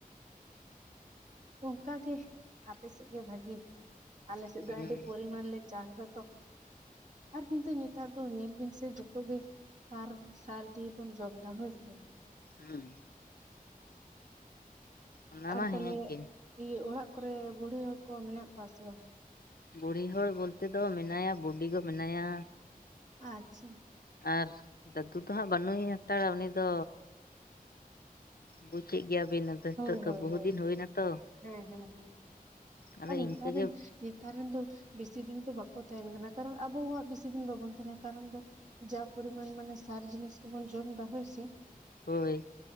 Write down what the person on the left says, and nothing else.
ᱦᱩᱸ
ᱦᱩᱸ ᱚᱱᱟ
ᱢᱟ
ᱦᱮᱸ ᱜᱮ
ᱵᱩᱲᱦᱤ ᱦᱚᱲ ᱵᱚᱞᱛᱮ ᱫᱚ ᱢᱮᱱᱟᱭᱟ ᱵᱩᱰᱤᱜᱚ ᱢᱮᱱᱟᱭᱟ
ᱟᱨ ᱫᱟᱹᱫᱩ ᱫᱚ ᱦᱟᱸᱜ ᱵᱟᱹᱱᱩᱭ ᱦᱟᱛᱟᱲᱟ ᱩᱱᱤ ᱫᱚ ᱵᱩᱡᱮᱜ ᱜᱮᱭᱟᱵᱤᱱ ᱱᱤᱛᱚᱜ
ᱫᱚ
ᱵᱚᱦᱩ
ᱫᱤᱱ
ᱦᱩᱭᱱᱟ ᱛᱚ
ᱟᱫᱚ ᱤᱱᱠᱟᱹ ᱜᱮ
ᱦᱳᱭ